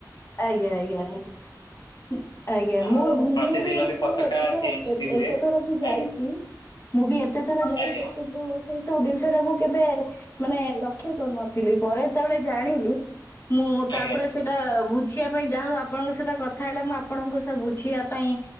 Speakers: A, on the left (about 40°); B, on the left (about 80°).
A: ଆଜ୍ଞା ଆଜ୍ଞା ଆଜ୍ଞା। ଆଜ୍ଞା
B: ଆଉ
A: ମୁଁ ମୁଁ
B: ପ୍ରତିଦିନ
A: ବି
B: ପତାକା
A: ମାନେ ଏତେ ଥର
B: ଚେଞ୍ଜ ବି ହୁଏ।
A: ଏତେ ଥର ବି ଯାଇଚି
B: ଆଜ୍ଞା
A: ମୁଁ ବି ଏତେ ଥର ଯାଇଚି
B: ଆଜ୍ଞା
A: ଯେ କିନ୍ତୁ ସେଇ ସବୁ ଜିନିଷ ଟାକୁ କେବେ ମାନେ ଲକ୍ଷ୍ୟ କରୁନଥିଲି। ପରେ ଯେତେବେଳେ ଜାଣିଲି ମୁଁ
B: ଆଜ୍ଞା
A: ତାପରେ ସେଇଟା ବୁ ଯାହା ହଉ ଆପଣଙ୍କ ସହିତ କଥା ହେଲା ମୁଁ ଆପଣଙ୍କ ସହ ବୁଝିବା ପାଇଁ